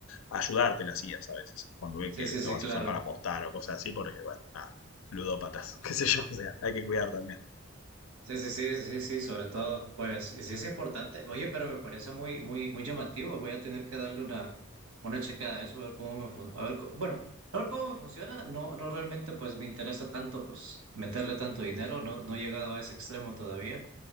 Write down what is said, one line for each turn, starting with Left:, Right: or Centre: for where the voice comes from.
Left: a ayudarte las IAs a veces, cuando ven
Right: Sí,
Left: que
Right: sí, sí,
Left: lo vas
Right: claro.
Left: a usar para apostar o cosas así, porque, bueno, nada, ludópatas, <laughs> qué sé yo, o sea, hay que cuidar también.
Right: Sí, sí, sí, sí, sí, sobre todo, pues, y sí es importante. Oye, pero me parece muy, muy, muy llamativo. Voy a tener que darle una, una chequeada a eso, a ver cómo me funciona. A ver, co- bueno, a ver cómo me funciona. No, no realmente, pues, me interesa tanto, pues, meterle tanto dinero. No, no he llegado a ese extremo todavía.